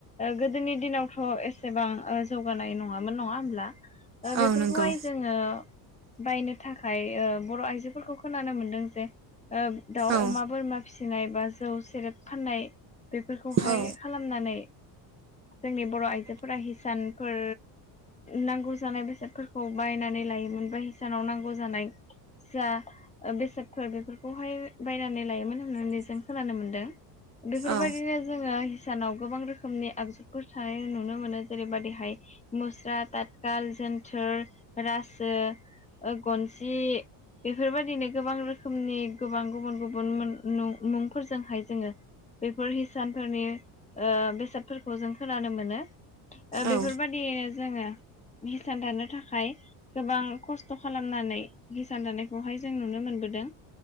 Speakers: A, on the left (about 15°); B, on the right (about 40°).
A: गोदोनि दिनावथ' एसेबां जौगानाय नङामोन नङा होनब्ला बेफोरखौहाय
B: औ नंगौ
A: जोङो बायनो थाखाय बर' आइजोफोरखौ खोनानो मोनो जे दाउ
B: औ
A: अमा बोरमा फिसिनाय बा जौ सेरेब फाननाय बेफोरखौहाय
B: औ
A: खालामनानै जोंनि बर' आइजोफोरा हिसानफोर नांगौ जानाय बेसादफोरखौ बायनानै लायोमोन बा हिसानाव नांगौ जानाय जा बेसादफोर बेफोरखौहाय बायनानै लायोमोन होननानै जों खोनानो मोनदों बेफोरबायदिनो
B: औ
A: जोङो सानाव गोबां रोखोमनि आगजुफोर थानाय नुनो मोनो जेरैबायदिहाय मुस्रा ताथखाल जोन्थोर रासो गनसि बेफोरबायदिनो गोबां रोखोमनि गोबां गुबुन गुबुन मुंफोरजोंहाय जोङो बेफोर हिसानफोरनि बेसादफोरखौ जों खोनानो मोनो
B: औ
A: बेफोरबादिनो जोङो हिसान दानो थाखाय गोबां खस्थ' खालामनानै हिसान दानायखौहाय जों नुनो मोनबोदों